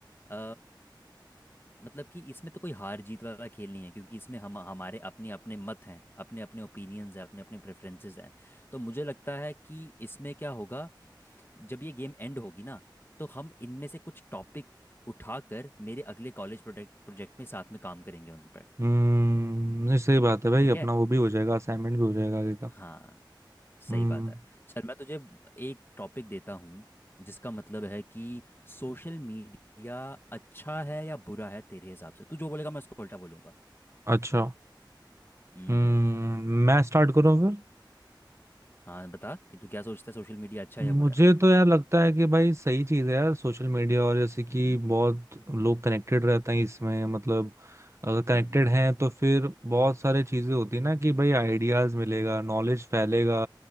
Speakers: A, on the left (about 30°); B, on the right (about 35°).
A: अ, मतलब कि इसमें तो कोई हार जीत वाला खेल नहीं है क्योंकि इसमें हम हमारे अपने अपने मत हैं अपने अपने ओपिनियंस हैं अपने अपने प्रेफरेंसेस हैं तो मुझे लगता है कि इसमें क्या होगा जब ये गेम एंड होगी ना तो हम इनमें से कुछ टॉपिक उठाकर मेरे अगले कॉलेज प्रोजेक्ट प्रोजेक्ट में साथ में काम करेंगे उन पर
B: हम्म नहीं सही बात है भाई
A: ठीक
B: अपना
A: है
B: वो भी हो जाएगा असाइनमेंट भी हो जाएगा आगे का
A: हाँ सही
B: हम्म
A: बात है चल मैं तुझे एक टॉपिक देता हूँ जिसका मतलब है कि सोशल मीडिया अच्छा है या बुरा है तेरे हिसाब से तू जो बोलेगा मैं उसको उल्टा बोलूंगा
B: अच्छा
A: हम्म
B: हम्म मैं स्टार्ट करूँ फिर
A: हाँ बता कि तू क्या सोचता है सोशल मीडिया अच्छा है या
B: मुझे
A: बुरा है
B: तो यार लगता है कि भाई सही चीज़ है यार सोशल मीडिया और जैसे कि
A: हम्म
B: बहुत लोग कनेक्टेड रहते हैं इसमें मतलब अगर
A: हम्म
B: कनेक्टेड हैं तो फिर बहुत सारे चीज़ें होती है ना कि भाई आइडियाज़ मिलेगा नॉलेज फैलेगा